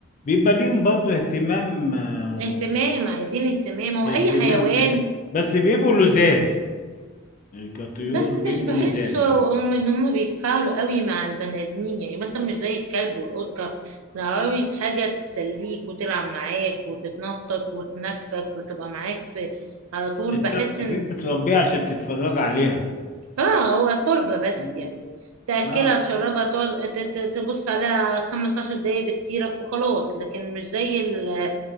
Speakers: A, on the left (about 40°); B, on the right (about 75°).
A: بيبقى ليهم برضه اهتمام آه،
B: اهتمام عايزين اهتمام هو
A: اهتمام
B: أي حيوان
A: تاني بس بيبقوا لزاز كطيور
B: بس
A: بيبقوا
B: مش بحسه
A: لزاز يعني
B: هم ان هم بيتفاعلوا قوي مع البني ادمين يعني مثلا مش زي الكلب والقطه لو عاوز حاجه تسليك وتلعب معاك وتتنطط وتنكفك وتبقى معاك في على طول
A: انت
B: بحس
A: لو سفير
B: ان
A: بتربيها عشان تتفرج عليها
B: اه هو فرجه بس
A: مم.
B: يعني تاكلها
A: لا
B: تشربها تقعد ت- ت- تبص عليها خمس عشر دقايق بكتيرك وخلاص لكن مش زي ال-